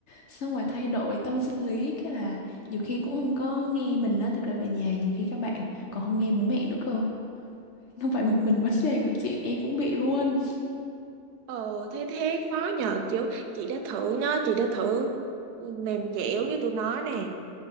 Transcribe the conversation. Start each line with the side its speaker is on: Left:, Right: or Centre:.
Left: xong rồi thay đổi tâm sinh lý cái là nhiều khi cũng không có nghe mình á thực ra về nhà nhiều khi các bạn còn không nghe bố mẹ nữa cơ không phải một mình vấn đề của chị em cũng bị luôn
Right: Ờ, thế thế khó nhờ, kiểu chị đã thử nó, chị đã thử mềm dẻo với tụi nó nè.